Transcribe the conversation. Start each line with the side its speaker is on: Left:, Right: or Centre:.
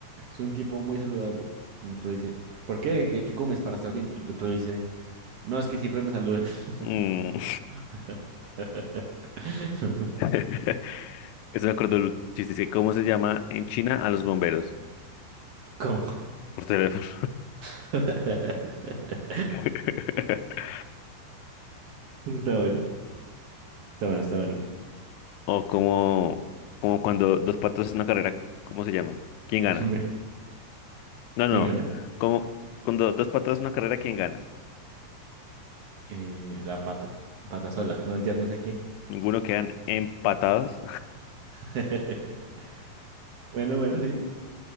Right: soy un tipo muy saludable. Y el otro dice, ¿por qué? ¿Qué qué comes para estar bien? Y el otro le dice, no, es que siempre me saludan.
Left: Mm.
Right: <laughs> <laughs>
Left: <laughs> Eso me acuerdo el chiste. Es que ¿cómo se llama en China a los bomberos?
Right: ¿Cómo?
Left: Por teléfono.
Right: <laughs> Está
Left: <laughs>
Right: bueno, está bueno, está bueno.
Left: O como, como cuando dos patos en una carrera, ¿cómo se llaman? ¿Quién
Right: <laughs>
Left: gana? No,
Right: ¿Quién
Left: no, no.
Right: gana?
Left: Como cuando dos patos en una carrera, ¿quién gana?
Right: Eh, la pata, la pata sola, no entiendo, no sé qué.
Left: Ninguno quedan empatados.
Right: <laughs> Bueno, bueno, sí.